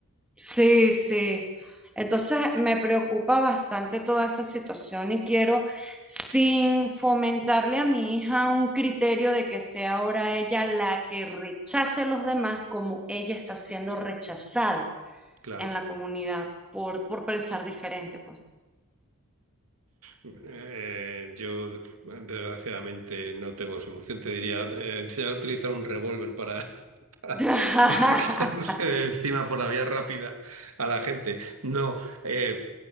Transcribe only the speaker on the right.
Claro.
Eh, yo desgraciadamente no tengo solución. Te diría, eh, enseñar a utilizar un revólver para, <laughs>
para quitarse de encima por la vía rápida a la gente. No, eh,